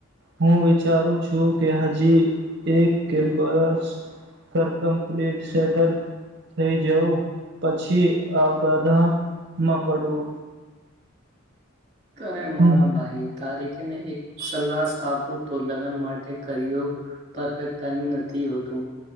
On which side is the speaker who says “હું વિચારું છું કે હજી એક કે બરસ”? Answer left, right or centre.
Right